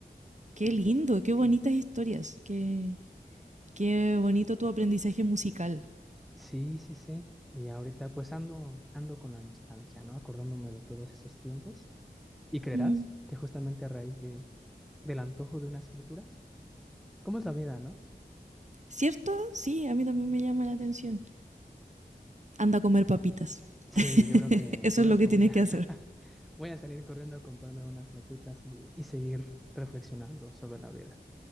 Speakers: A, on the right; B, in the centre.
A: Qué lindo, qué bonitas historias, qué, qué bonito tu aprendizaje musical.
B: sí, sí, sí. Y ahorita pues ando, ando con la nostalgia, ¿no? Acordándome de todos esos tiempos. Y creerás
A: Mm.
B: que justamente a raíz de, del antojo de unas frituras, ¿cómo es la vida, no?
A: ¿Cierto? Sí, a mí también me llama la atención. Anda a comer papitas.
B: Sí, yo creo
A: <laughs>
B: que,
A: Eso
B: yo
A: es
B: creo
A: lo
B: que
A: que
B: voy
A: tienes
B: a,
A: que hacer.
B: <laughs> voy a salir corriendo a comprarme unas papitas y, y seguir reflexionando sobre la vida.